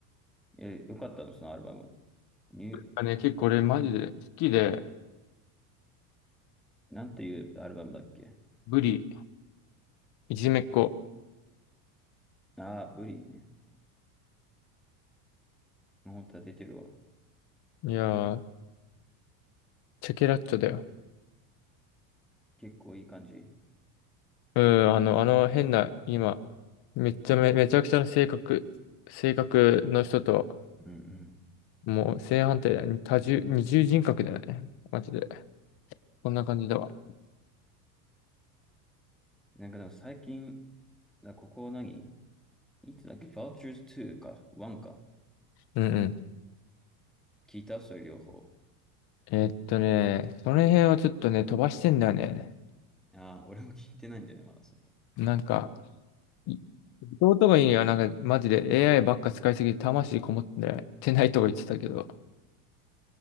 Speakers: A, in the centre; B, on the left (about 55°).
A: え、よかったのそのアルバム。ニュ
B: あね、結構俺マジで好きで、
A: ー、なんていうアルバムだっけ
B: ブリ、いじめっ子。
A: ああー、ブリーね。本当は出てるわ。
B: いやー、チェケラッチョだよ。
A: 結構いい感じ。
B: うん、あの、あの変な、今、めっちゃめ、めちゃくちゃな性格、性格の人と、
A: うんうん。
B: もう正反対だよね。多重、二重人格だよね。マジで。こんな感じだわ。
A: なんかでも最近、だここ何いつだっけ ?Vultures 2か ?1 か
B: うんうん。
A: 聞いたそれ両方。
B: えーっとね、その辺はちょっとね、飛ばしてんだよね。
A: ああ、俺も聞いてないんだよね、まだそこ。
B: なんか、い弟がいいにはなんか、マジで AI ばっか使いすぎて魂こもってないとか言ってたけど。